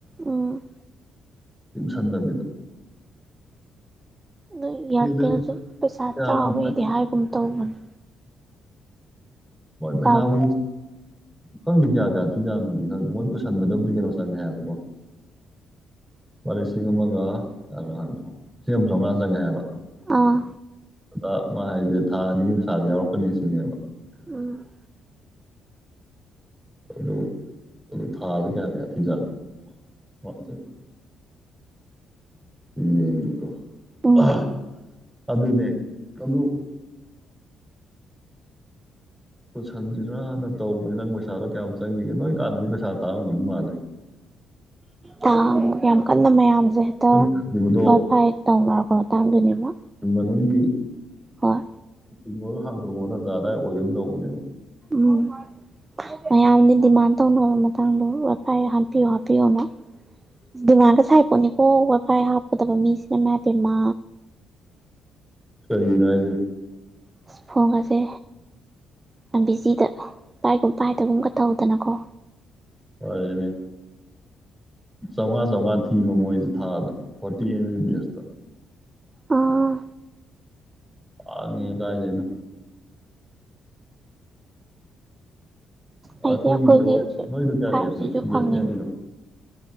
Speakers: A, on the right; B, in the centre.
A: ꯑꯣ
B: ꯁꯟꯗꯔꯕꯤꯗ
A: ꯅꯣꯏ ꯏꯌꯥꯔꯇꯦꯜꯁꯨ
B: ꯅꯪ
A: ꯄꯩꯁꯥ
B: ꯀꯌꯥꯝ
A: ꯆꯥꯎꯥꯋꯦꯗꯤ ꯍꯥꯏꯒꯨꯝ ꯇꯧꯕꯅꯤ
B: ꯎꯝ ꯣꯏ ꯄꯩꯁꯥꯕ
A: ꯆꯥꯎꯕ꯭ꯔꯥ
B: ꯈꯪꯗꯦ ꯀꯌꯥ ꯀꯌꯥ ꯊꯤꯖꯥꯠꯅꯣꯗꯤ ꯈꯪꯗꯦ ꯃꯣꯏ ꯄꯨꯁꯟꯕꯗꯕꯨꯗꯤ ꯀꯩꯅꯣ ꯆꯪꯉꯦ ꯍꯥꯏꯕꯀꯣ ꯂꯨꯄꯥ ꯂꯤꯁꯤꯡ ꯑꯃꯒ ꯀꯌꯥꯅꯣ ꯍꯥꯏꯕꯗꯣ ꯂꯤꯁꯤꯡ ꯑꯃ ꯆꯧꯉꯥ ꯆꯪꯉꯦ ꯍꯥꯏꯕ
A: ꯑꯥ
B: ꯑꯗ ꯃꯥ ꯍꯥꯏꯁꯦ ꯊꯥ ꯑꯅꯤ ꯄꯩꯁꯥꯥꯗꯤ ꯌꯥꯎꯔꯛ ꯁꯤꯅꯦꯕ
A: ꯎꯝ
B: ꯑꯗꯨ ꯑꯗꯨ ꯊꯥꯗ ꯀꯌꯥ ꯀꯌꯥ ꯊꯤꯖꯥꯠꯅꯣ <unintelligible>
A: ꯎꯝ
B: ꯑ ꯑꯗꯨꯅꯦ ꯑꯗꯨ ꯄꯨꯁꯟ <unintelligible> ꯇꯧꯕꯅꯤ ꯅꯪ ꯄꯩꯁꯥꯗꯣ ꯀꯌꯥꯝ ꯆꯪꯈꯤꯒꯦ ꯅꯣꯏ ꯀꯥꯟꯗꯗꯤ ꯄꯩꯁꯥ ꯇꯥꯡꯉꯝꯒꯗꯧ ꯃꯥꯜꯂꯦ
A: ꯇꯥꯡ ꯌꯥꯝ ꯀꯟꯅ ꯃꯌꯥꯝ ꯁꯦ ꯍꯦꯛꯇ
B: ꯅꯪ ꯈꯟꯈꯤꯕꯗꯣ
A: ꯋꯥꯏꯐꯥꯏ ꯇꯧꯅꯔꯛꯄ ꯃꯇꯥꯡꯗꯨꯅꯦꯕ
B: ꯅꯣꯏꯒꯤ
A: ꯍꯣꯏ
B: ꯊꯤꯡꯉꯨꯔ ꯍꯥꯡꯇꯣꯔꯛꯄ ꯇꯟꯖꯥ ꯑꯗꯥꯏ ꯑꯣꯏꯒꯤꯒꯨꯝ ꯇꯧꯕꯅꯦꯕ
A: ꯎꯝ ꯃꯌꯥꯝꯗꯤ ꯗꯤꯃꯥꯟ ꯇꯧꯅꯕ ꯃꯇꯥꯡꯗꯣ ꯋꯥꯏꯐꯥꯏ ꯌꯥꯍꯟ ꯍꯥꯞꯄꯤꯌꯣ ꯍꯥꯞꯄꯤꯌꯣꯅ ꯗꯤꯃꯥꯟꯒ ꯁꯥꯏꯄꯣꯠꯅꯤꯀꯣ ꯋꯥꯏ ꯐꯥꯏ ꯍꯥꯞꯀꯗꯕ ꯃꯤꯁꯤꯅ ꯏꯃꯥꯏꯄꯦꯝꯃ
B: ꯀꯩꯒꯤꯅꯣ ꯍꯥꯏꯖꯦ
A: ꯑꯁ ꯐꯣꯟ ꯑꯁꯦ ꯌꯥꯝ ꯕꯤꯖꯤꯗ ꯄꯥꯏꯒꯨꯝ ꯄꯥꯏꯗꯒꯨꯝꯒ ꯇꯧꯗꯅꯀꯣ
B: ꯂꯣꯏꯔꯦꯅꯦ ꯆꯧꯉꯥ ꯆꯧꯉꯥ ꯊꯤꯕ ꯃꯣꯏꯁꯦ ꯊꯥꯗ ꯐꯣꯔꯇꯤ ꯑꯦꯝ ꯗꯦꯁꯇ
A: ꯑꯥ
B: ꯇꯥꯡꯉꯤ ꯀꯥꯏꯗꯩꯅ
A: ꯑꯩꯗꯤ
B: ꯑꯩꯈꯣꯏꯒꯤꯗꯣ
A: ꯑꯩꯈꯣꯏꯒꯤ
B: ꯅꯣꯏꯒꯤꯗꯣ ꯀꯌꯥ
A: ꯐꯥꯏꯚ
B: ꯀꯌꯥ ꯊꯤ
A: ꯖꯤꯁꯨ
B: ꯕꯤ
A: ꯐꯪꯉꯤꯅꯦ
B: ꯑꯦꯁ ꯑꯦꯟ ꯑꯦꯜ ꯒꯤꯗꯣ